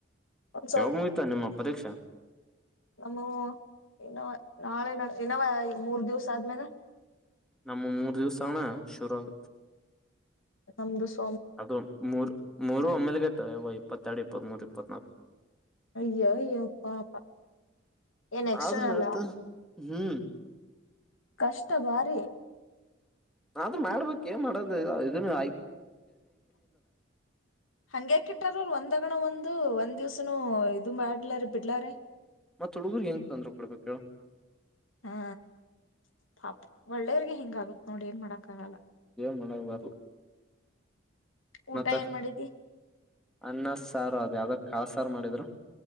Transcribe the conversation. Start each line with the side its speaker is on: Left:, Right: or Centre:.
Left: ಒಂದ್
Centre: ಯಾವಾಗ ಮುಗಿತಾ ನಿಮ್ಮ ಪರೀಕ್ಷಾ
Left: ನಮ್ಮವ ಇನ್ನು ನಾಳೆ ನಾಡಿದ್ ಇನ್ನವ ಮೂರ್ ದಿವ್ಸ ಆದ್ಮೇಲೆ
Centre: ನಮ್ಮ ಮೂರ್ ದಿವ್ಸ ಹಣ ಶುರು ಆಗತ್
Left: ನಮ್ದು ಸ್
Centre: ಅದು ಮೂರ್ ಮೂರು ಒಮ್ಮೆಲ್ಗತಾರೆ ವೈ ಇಪ್ಪತ್ತೆರಡ್ ಇಪ್ಪತ್ತ್ಮೂರ್ ಇಪ್ಪತ್ನಾಲ್ಕ್
Left: ಅಯ್ಯೋ ಅಯ್ಯೋ ಪಾಪ ಏನ್ ಎಕ್ಸ್ಟರ್ನಲ್ಲಾ
Centre: ಆದ್ರೂ ನಡ್ತ ಹ್ಮ್
Left: ಕಷ್ಟಭಾರಿ
Centre: ಆದ್ರೂ ಮಾಡ್ಬೇಕ್ ಏನ್ ಮಾಡದ ಇದನ್ನು ಆಯ್ಕ್
Left: ಹಂಗ್ಯಾಕ ಇಟ್ಟಾರ ಒಂದಗಣ ಒಂದು ಒಂದ್ ದಿವ್ಸನ ಇದು ಬಾಡಲ್ಲಾರೆ ಬಿಡ್ಲಾರೆ
Centre: ಮತ್ತತ್ ಹುಡುಗರ್ಗ್ ಹೆಂಗ ತಂದ್ರು ಕೊಡ್ಬೇಕು ಹೇಳು
Left: ಹ್ಮ ಪಾಪ ಒಳ್ಳೆಯವರ್ಗೆ ಹಿಂಗ ಆಗತ್ ನೋಡಿ ಏನ್ ಮಾಡಕ್ ಆಗಲ್ಲ
Centre: ಮನ ಬರ್ಲ್ಲ
Left: ಊಟ
Centre: ಮತ್ತೆ
Left: ಏನ್ ಮಾಡಿದಿ
Centre: ಅನ್ನ ಸಾರು ಅದು್ ಯಾವ್ದ ಕಾಳ ಸಾರು ಮಾಡಿದ್ರು